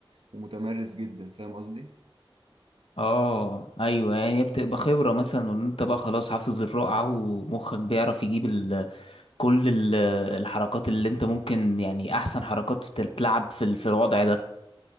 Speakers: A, on the right; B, on the left.
A: ومتمرس جدا فاهم قصدي؟
B: اه ايوه يعني بتبقى خبرة مثلا وان انت بقى خلاص حافظ الرقعة ومخك بيعرف يجيب ال... كل ال... الحركات اللي انت ممكن يعني احسن حركات تتلعب في ال- في الوضع ده